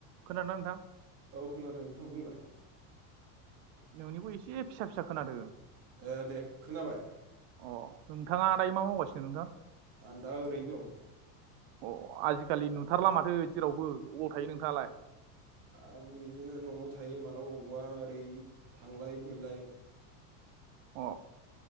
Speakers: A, on the right; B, on the right.
A: खोनादों ना नोंथां?
B: औ खोनादों नोंथां बुंलाय।
A: नोंनिखौ एसे फिसा फिसा खोनादों।
B: ए दे खोनाबाय।
A: अ नोंथाङा दायो मा मावगासिनो नोंथां?
B: आं दा ओरैनो दं
A: अ आजिखालि नुथारला माथो जेरावबो बबाव थायो नोंथाङालाय?
B: आं बिदिनो न'आव थायो मालाबा अबावबा ओरै थांलाय फैलाय।
A: अ